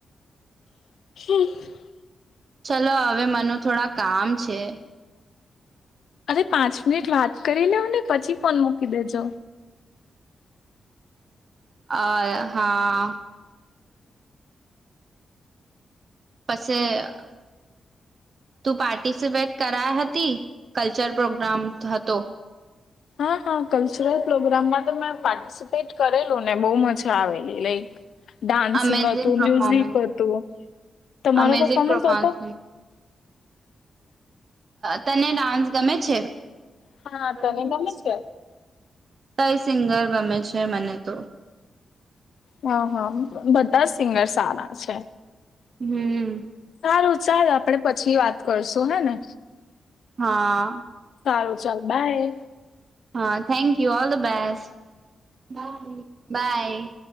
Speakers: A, on the left; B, on the right.
A: <unintelligible>
B: ચલો હવે મનુ થોડા કામ છે.
A: અરે પાંચ મિનિટ વાત કરી લેવને પછી ફોન મૂકી દેજો.
B: અ હા. પચે <inaudible> તું પાર્ટિસિપેટ કરાઈ હતી કલ્ચર પ્રોગ્રામ હતો.
A: હા હા, કલ્ચરલ પ્રોગ્રામમાં તો મે પાર્ટિસિપેટ કરેલુંને બો મજા આવેલી લાઈક ડાન્સિંગ
B: અમેઝિંગ
A: હતું,
B: પરફોર્મન્સ
A: મ્યુઝિક હતું, તમારો
B: અમેઝિંગ
A: પફોમન્સ
B: પરફોર્મન્સ
A: હતો.
B: તને ડાન્સ ગમે છે?
A: હા તને
B: <inaudible>
A: ગમે છે
B: કઈ સિંગર ગમે છે? મને તો
A: હા હા, બધાં સિંગર સારા છે.
B: હમ.
A: સારું ચાલ આપડે પછી વાત કરશું હેને,
B: હા
A: સારું ચાલ બાય.
B: હા thank all the best. Bye by.